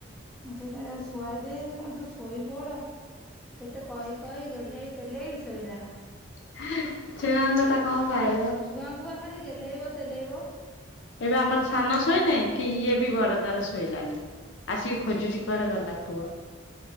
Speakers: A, in the centre; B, on the left (about 60°).
A: ସେଇଥିପାଇଁ ତାକୁ ଶୁଆଇ ଦେଇକି ମୁ ତୁ ଶୋଇପଡ଼। କେତେ କହି କହି ଗେହ୍ଲେଇ ତେଲେଇ ଶୋଇଲା।
B: ଛୁଆ ଙ୍କ କଥା କଣ କହିବ?
A: ଛୁଆଙ୍କୁ ପା ଖାଲି ଗେହ୍ଲେଇବ ତେଲେଇବ।
B: ଏଟା ଆମର ସାନ ଶୋଇନି କି ଇଏ ବି ବଡ଼ ତାର ଶୋଇଲାନି ଆସିକି ଖୋଜୁଛି କୁଆଡେ଼ ଗଲା ପୁଅ